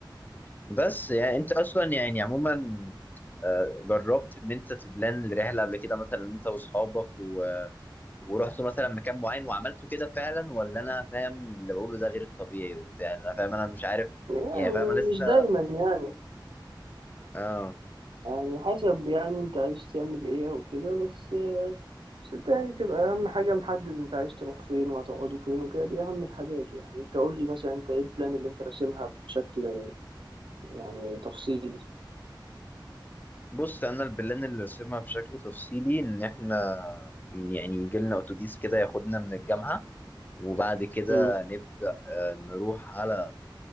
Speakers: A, on the left; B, on the right.
A: بس يعني انت اصلا يعني عموما آه، جربت ان انت تبلان الرحله قبل كده مثلا انت واصحابك و... ورحتوا مثلا مكان معين وعملتوا كده فعلا ولا انا فاهم اللي بقوله ده غير الطبيعي وبتاع انا فاهم انا مش عارف
B: يعني
A: يعني فاهم انا لسه
B: مش دايما يعني
A: اه
B: يعني حسب يعني انت عايز تعمل ايه او كده بس بس انت يعني تبقى اهم حاجة محدد انت عايز تروح فين وهتقعدوا فين وكده دي اهم الحاجات يعني انت قول لي مثلا انت ايه البلان اللي انت راسمها بشكل يعني تفصيلي
A: بص انا البلان اللي رسمها بشكل تفصيلي ان احنا يعني يجي لنا اتوبيس كده ياخدنا من الجامعه وبعد كده
B: مم.
A: نبدا آه، نروح على